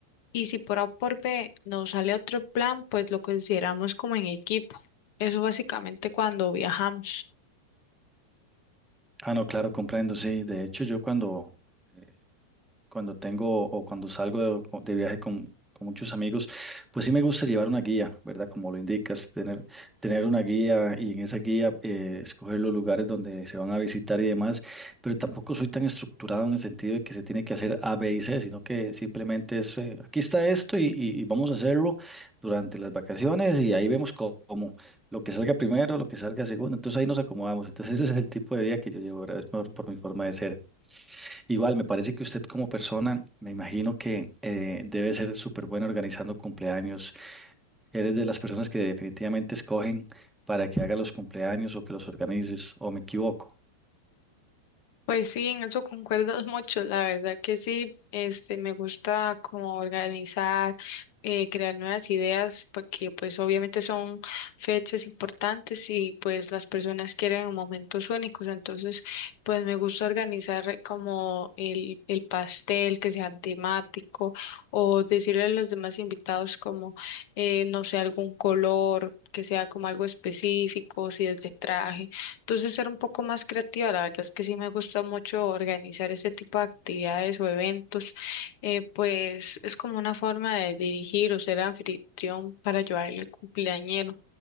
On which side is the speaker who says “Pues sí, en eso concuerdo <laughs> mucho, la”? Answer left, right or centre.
Left